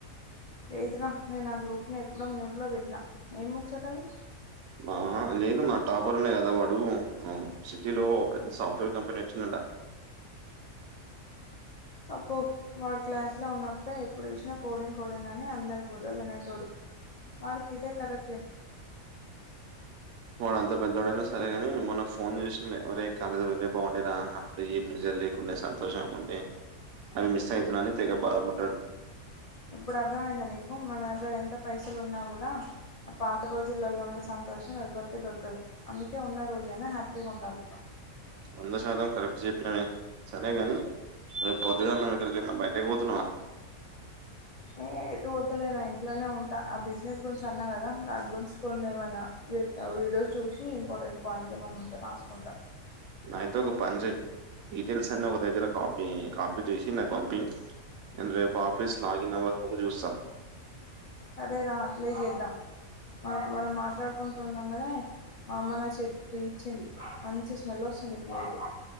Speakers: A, on the left; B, on the right.
A: లేదురా నేను ఆ గ్రూప్ని ఎప్పుడో మ్యూట్లో పెట్టినా ఏం ముచ్చాట అది
B: ఆ లేదు మన టాపర్ ఉండే కదా వాడు సిటీలో పెద్ద సాఫ్ట్వేర్ కంపెనీ వచ్చిందంటా
A: అబ్బో వాడు క్లాస్లో ఉన్నప్పుడే ఎప్పుడు చూసినా కోడింగ్ కోడింగ్ అని అందరు బుర్ర తినేటోడు వాడికిదే కరెక్ట్ లే
B: వాడు అంత పెద్దోడైనా సరేగాని మొన్న ఫోన్ చేసిండే ఒరేయి కాలాజ్ రోజులే బాగుండేరా అప్పుడు ఏ ప్రెషర్ లేకుండే సంతోషంగా ఉంటే అవి మిస్ అవుతున్నా అని తెగ బాధపడ్డాడు
A: ఇప్పుడు అర్థమయిందా నీకు మన దగ్గర ఎంత పైసలు ఉన్నా కూడా ఆ పాత రోజులలో ఉన్న సం తోషం ఎవ్వరికే దొరకదు అందుకే ఉన్న రోజైనా హ్యాపీగా ఉండాలి
B: వంద శాతం కరెక్ట్ చెప్పినవే సరే గాని రేపు పొద్దుగాల నువ్ ఎక్కడికైనా బయటకి పోతున్నావా
A: ఏ ఎటు వద్దులే నా ఇంట్లోనే ఉంటా ఆ బిజినెస్ గురించి అన్నా కదా దాని గురించి కొన్ని ఏమన్నా వే వీడియోస్ చూసి ఇంపార్టెంట్ పాయింట్లు ఏమైన్నా ఉంటే రాసుకుంటా
B: అయితే ఒక పనిచెయ్ డీటెయిల్స్ అన్ని ఒక దగ్గర కాపీ కాపీ చేసి నాకు పంపి రేపు ఆఫీస్ లాగిన్ అవ్వకముందు చూస్తా
A: సరే రా అట్లే చేద్దాం మా మనం మాట్లాడుకుంటూ ఉన్నాంగానే మా అ మ్మ నా చేతికి టీ ఇచ్చింది మంచి స్మెల్ వస్తుంది టీ అయితే